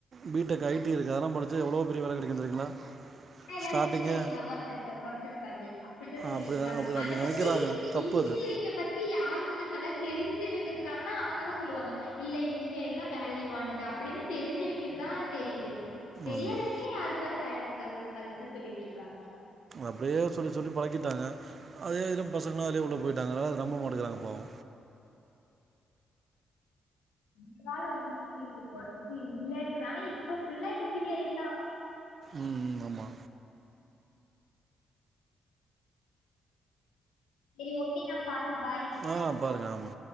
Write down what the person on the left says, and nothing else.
அ எல்லாரு
இன்ஜினியரிங்கா ஒர்க் இருக்காது ஒர்க் இருக்காது அப்டிதா சொல்லிட்டு
இருக்காங்க
அத
பத்தி
இன்ஜினியரிங்க
பத்தி யாருக்கு நல்லா தெரிஞ்சவங்க இருக்காங்கன்னா அவங்கதா சொல்லுவாங்க இல்ல இன்ஜினியரிங்னா வேல்யூவானது அப்டின்னு தெரிஞ்சவங்களுக்கு தா தெரிது தெரியாதவைங்க
யாரு பாரு வேல இருக்காது இருக்காதுன்னு தா சொல்லிட்டிருக்காங்க
இருந்தாலோ இன்ஜினியரிங் வொர்த் இல்லன்றனால இப்ப ஃபுல்லா இன்ஜினியரிங் தா
சரி ஓகே நா பாருங்க பாய்